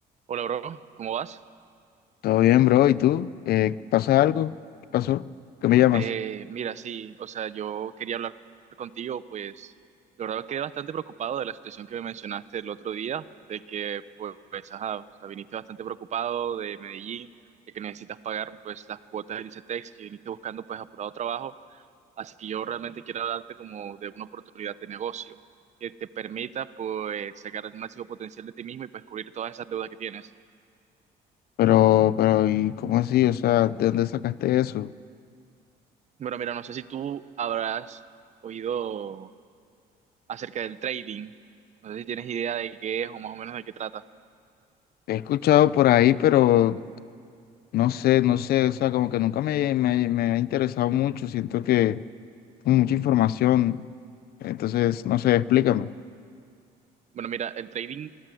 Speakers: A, on the right; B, on the left.
A: Hola, bro, ¿cómo vas?
B: Todo bien, bro. ¿Y tú? Eh, ¿pasa algo? ¿Qué pasó? ¿Qué me llamas?
A: Eh, mira, sí, o sea, yo quería hablar contigo, pues la verdad quedé bastante preocupado de la situación que me mencionaste el otro día, de que, pues, pues, ajá, o sea, viniste bastante preocupado de Medellín, de que necesitas pagar, pues, las cuotas del ICETEX, que viniste buscando, pues, apurado trabajo, así que yo realmente quiero darte como de una oportunidad de negocio que te permita, pues, sacar el máximo potencial de ti mismo y, pues, cubrir todas esas deudas que tienes.
B: Pero, pero, ¿y cómo así? O sea, ¿de dónde sacaste eso?
A: Bueno, mira, no sé si tú habrás oído acerca del trading. No sé si tienes idea de qué es o más o menos de qué trata.
B: He escuchado por ahí, pero no sé, no sé. O sea, como que nunca me, me, me ha interesado mucho. Siento que tengo mucha información. Entonces, no sé, explícame.
A: Bueno, mira, el trading,